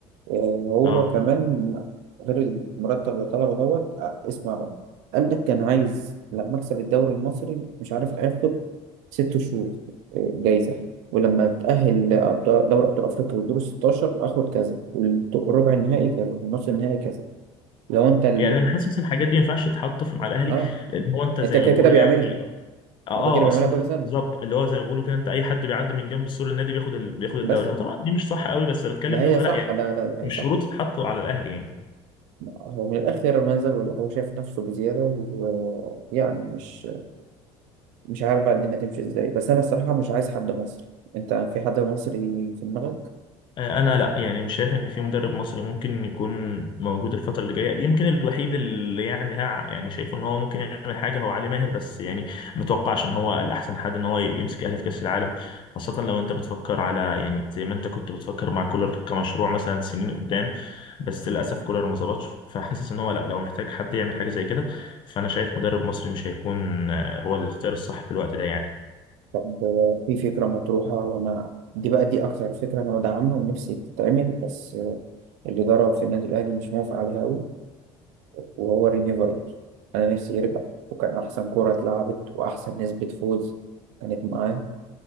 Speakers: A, on the right; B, on the left.
A: آه، هو
B: اه
A: كمان غير المرتب اللي طلبه دوت آه، اسمع بقى قال لك كان عايز لما اكسب الدوري المصري مش عارف هياخد ست شهور آه، جايزه ولما اتاهل لأبطال- دوري ابطال افريقيا للدور 16 اخد كذا والربع النهائي كذا والنص النهائي كذا لو انت اللي
B: يعني انا حاسس الحاجات دي ما ينفعش تتحط في مع الاهلي
A: اه
B: لان هو انت زي
A: انت كده
B: ما بيقولوا
A: كده بيعملها
B: يعني اه
A: هو كده كده
B: اه
A: بيعملها
B: اصل انت
A: كل
B: كده
A: سنه
B: بالظبط اللي هو زي ما بيقولوا كده انت اي حد بيعدي من جنب سور النادي بياخد ال... بياخد الدوري
A: بس
B: اه طبعا دي مش صح قوي بس بتكلم
A: لا
B: اللي
A: هي
B: هو
A: صح
B: لا يعني
A: لا لا لا هي
B: مش
A: صح
B: شروط تتحط على الاهلي يعني
A: هو من الآخر منزل ولا هو شايف نفسه بزيادة ويعني مش مش عارف بقى الدنيا تمشي ازاي بس أنا الصراحة مش عايز حد مصري أنت في حد مصري في دماغك؟
B: انا لا يعني مش شايف ان في مدرب مصري ممكن يكون موجود الفتره اللي جايه يمكن الوحيد اللي يعني ها يعني شايفه ان هو ممكن يعمل حاجه هو علي ماهر بس يعني ما اتوقعش ان هو الاحسن حد ان هو يمسك الاهلي في كاس العالم خاصه لو انت بتفكر على يعني زي ما انت كنت بتفكر مع كولر كمشروع مثلا سنين قدام بس للاسف كولر ما ظبطش فحاسس ان هو لا لو محتاج حد يعمل حاجه زي كده فانا شايف مدرب مصري مش هيكون آه، هو الاختيار الصح في الوقت ده يعني
A: طب آه، في فكرة مطروحة وأنا دي بقى دي أكتر فكرة أنا بدعمها ونفسي تتعمل بس آه، الإدارة في النادي الأهلي مش موافقة عليها أوي وهو ريني فايلر أنا نفسي يرجع وكان أحسن كرة اتلعبت وأحسن نسبة فوز كانت معاه